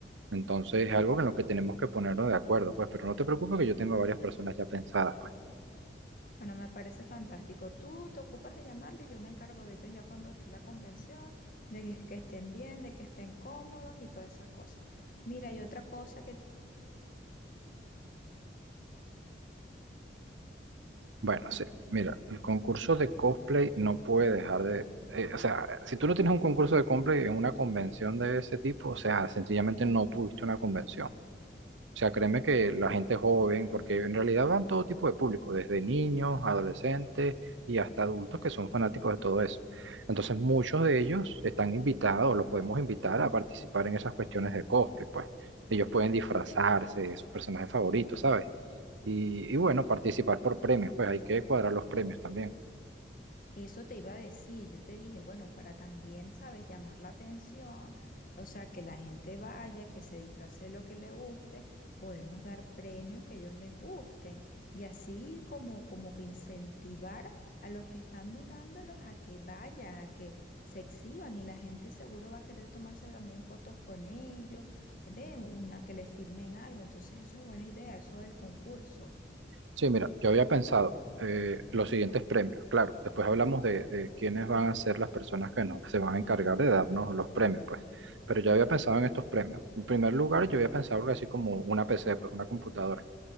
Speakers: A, on the right (about 85°); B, on the left (about 45°).
A: Entonces es algo en lo que tenemos que ponernos de acuerdo, pues, pero no te preocupes que yo tengo a varias personas ya pensadas, pues.
B: Bueno, me parece fantástico. Tú te ocupas de llamarlo y yo me encargo de ellos ya cuando esté la convención, de que, que estén bien, de que estén cómodos y todas esas cosas. Mira, y otra cosa
A: Bueno, sí, mira, el concurso de cosplay no puede dejar de... eh, o sea, si tú no tienes un concurso de cosplay en una convención de ese tipo, o sea, sencillamente no tuviste una convención. O sea, créeme que la gente joven, porque en realidad van todo tipo de público, desde niños, adolescentes y hasta adultos que son fanáticos de todo eso. Entonces, muchos de ellos están invitados, los podemos invitar a participar en esas cuestiones de cosplay, pues. Ellos pueden disfrazarse de sus personajes favoritos, ¿sabes? Y, y bueno, participar por premios, pues hay que cuadrar los premios también.
B: Eso te iba a decir, yo te dije, bueno, para también, ¿sabes?, llamar la atención, o sea, que la gente vaya, que se disfrace de lo que le guste, podemos dar premios que a ellos les gusten y así como, como que incentivar a los que están dudándolos a que vayan, a que se exhiban y la gente seguro va a querer tomarse también fotos con ellos, eh, ve, una que le firmen algo, entonces eso es buena idea, eso del concurso.
A: Sí, mira, yo había pensado eh, los siguientes premios. Claro, después hablamos de, de quiénes van a ser las personas que nos, se van a encargar de darnos los premios, pues. Pero yo había pensado en estos premios. En primer lugar, yo había pensado algo así como una PC, pues una computadora.